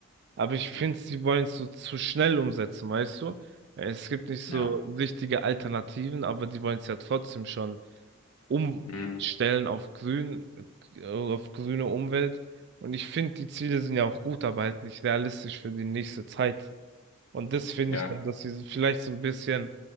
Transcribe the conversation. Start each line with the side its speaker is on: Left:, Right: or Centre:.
Right: Aber ich
Left: Hm.
Right: finde, sie wollen es so zu schnell umsetzen, weißt du? Es gibt nicht so
Left: Ja.
Right: richtige Alternativen, aber die wollen es ja trotzdem schon umstellen
Left: Hm.
Right: auf grün, äh, auf grüne Umwelt. Und ich finde, die Ziele sind ja auch gut, aber halt nicht realistisch für die nächste Zeit. Und das finde
Left: Ja.
Right: ich dann, dass sie so vielleicht so ein bisschen